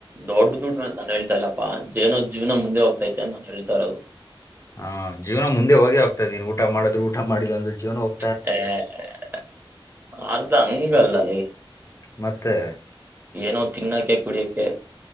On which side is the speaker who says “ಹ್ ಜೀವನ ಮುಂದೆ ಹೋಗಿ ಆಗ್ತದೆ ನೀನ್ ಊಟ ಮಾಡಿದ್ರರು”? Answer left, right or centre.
Left